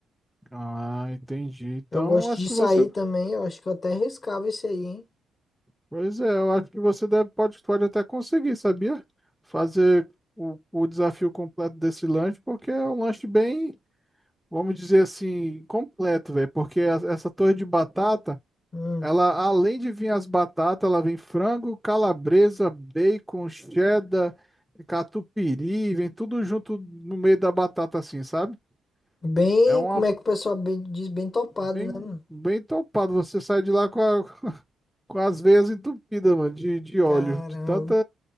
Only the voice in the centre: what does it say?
Ah, entendi. Então
acho
que
você
Pois é, eu acho que você deve, pode, pode até conseguir, sabia? Fazer o, o desafio completo desse lanche, porque é um lanche bem, vamos dizer assim, completo, velho. Porque a- essa torre de batata,
ela, além de vir as batatas, ela vem frango, calabresa, bacon, cheddar, catupiry, vem tudo junto no meio da batata, assim, sabe?
É uma
bem,
bem topado. Você sai de lá com, a- <laughs> com as veias entupidas, mano, de, de óleo,
de tanta.